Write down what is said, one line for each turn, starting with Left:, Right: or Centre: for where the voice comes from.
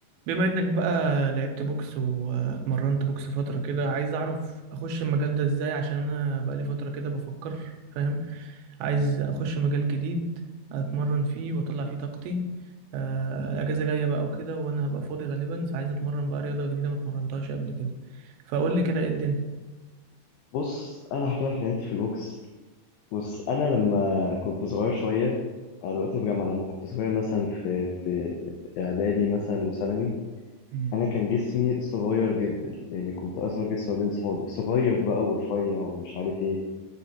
Right: بما انك بقى لعبت بوكس واتمرنت بوكس فترة كده عايز اعرف اخش المجال ده ازاي عشان انا بقالي فترة كده بفكر فاهم عايز اخش مجال جديد اتمرن فيه واطلع فيه طاقتي آه، الاجازة جاية بقى وكده وانا هبقى فاضي غالبا فعايز اتمرن بقى رياضة جديدة ما اتمرنتهاش قبل كده فقول لي كده ايه الدنيا
Left: بص انا هحكي لك حياتي في البوكس بص انا لما كنت صغير شويه انا دلوقتي في جامعه لما كنت صغير مثلا في في اعدادي مثلا وثانوي
Right: مم.
Left: انا كان جسمي صغير جدا يعني كنت اصغر جسم ما بين صحابي صغير بقى ورفيع ومش عارف ايه